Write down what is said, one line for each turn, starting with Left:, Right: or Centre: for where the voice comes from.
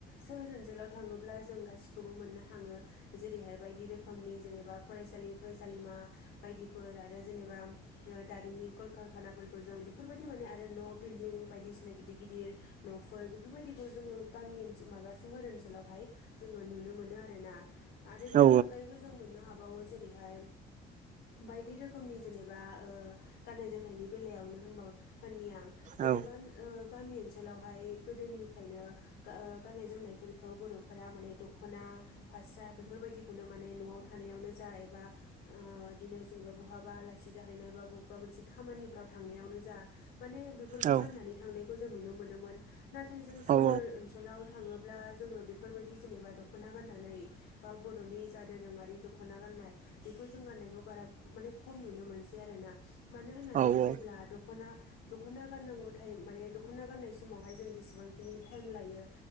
Left: सोहोर ओनसोलाव थाङोब्ला जों गासिखौबो मोननो हाङो। जेरैहाय बायदि रोखोमनि जेनेबा फरायसालि फरायसालिमा बायदिफोर आरो जेनेबा दारिमि कलकारखाना फोरखौ जों बेफोरबायदि माने आरो न' बिल्डिं बायदिसिना गिदिर गिदिर न'फोर बेफोरबायदिखौ जोङो गामि ओनसोल माबा सोहोर ओनसोलावहाय जोङो नुनो मोनो आरोना आरो बेनि
Right: औ
Left: अनगायैबो जों मोननो हाबावो जेरैहाय बायदि रोखोमनि जेनेबा ओ गाननाय जोमनायनि बेलायावनो होनबाव होननि आं जेनेबा
Right: औ
Left: गामि ओ ओनसोलावहाय गोदोनिफ्रायनो ओ गाननाय जोमनायफोरखौ बर'फोरा माने दख'ना फास्रा बेफोरबायदिखौनो माने न'आव थानायावनो जा एबा ओ इदिनो जेनेबा बहाबा आलासि जाहैनाय बा बबेबा मोनसे खामानिफ्राव थांनायावनो जा माने बेफोरखौ
Right: औ
Left: गाननानै थांनायखौ जों नुनो मोनोमोन। नाथाय जों सोहोर
Right: औ
Left: ओनसोलाव थाङोब्ला जोङो बेफोरबायदि जेनेबा दख'ना गाननानै बा बर'नि जा दोरोङारि दख'ना गाननाय बेखौ जों गाननायखौ बारा माने खम नुनो मोनसै आरोना। मानो होननानै
Right: औ
Left: बुङोब्ला
Right: औ
Left: दख'ना दख'ना गाननांगौ थाएम माने दख'ना गाननाय समावहाय जों जेसेबांखिनि थाइम लायो